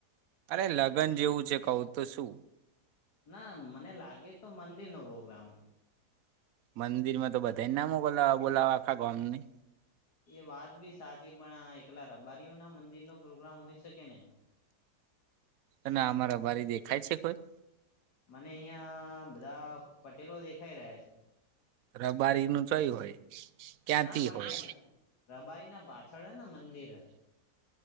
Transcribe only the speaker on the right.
અરે લગ્ન જેવું છે કઉ તો શું
મંદિર માં તો બધા નામો બોલા બોલાવ આખા ગોમ ની
અને અમા રબારી દેખાય છે કોઈ
રબારી નું ચય હોય ક્યાંથી
હોય